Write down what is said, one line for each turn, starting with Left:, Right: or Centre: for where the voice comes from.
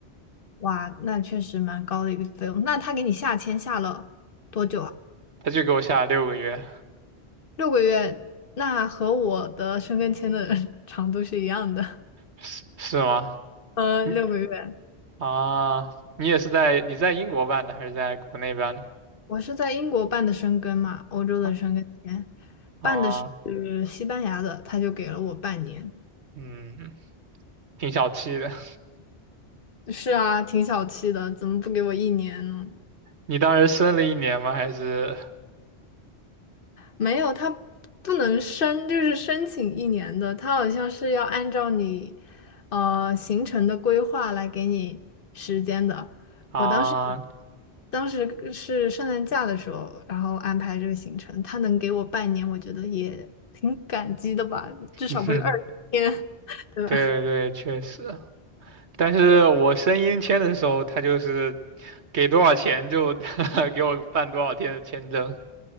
Left: 哇，那确实蛮高的一个费用。那他给你下签下了多久啊？
Right: 他就给我下了六个月，
Left: 六个月，那和我的生根签的 <laughs> 长度是一样的，
Right: 是是吗？
Left: 呃，
Right: 你
Left: 六个月。
Right: 啊，你也是在你在英国办的，还是在国内办的？
Left: 我是在英国办的生根嘛，欧洲的生根签，
Right: 啊啊，
Left: 办的是西班牙的，他就给了我半年。
Right: 嗯，挺小气的。<laughs>
Left: 是啊，挺小气的，怎么不给我一年呢？
Right: 你当时申了一年吗？还是
Left: 没有，他不能申，就是申请一年的，他好像是要按照你呃行程的规划来给你时间的。
Right: 啊？
Left: 我当时当时是圣诞假的时候，然后安排这个行程，他能给我半年，我觉得也挺感激的吧，至少不是二十天，
Right: <laughs>
Left: <laughs> 对吧？
Right: 对对，确实，但是我申英签的时候，他就是给多少钱就 <laughs> 给我办多少天的签证。